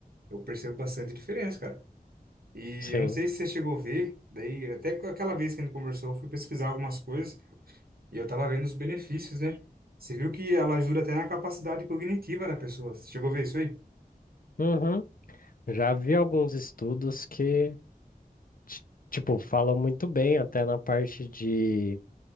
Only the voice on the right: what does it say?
eu percebo bastante diferença, cara. E
eu não sei se você chegou a ver, daí até com aquela vez que a gente conversou, eu fui pesquisar algumas coisas e eu tava vendo os benefícios, né? Você viu que ela ajuda até na capacidade cognitiva da pessoa. Você chegou a ver isso aí?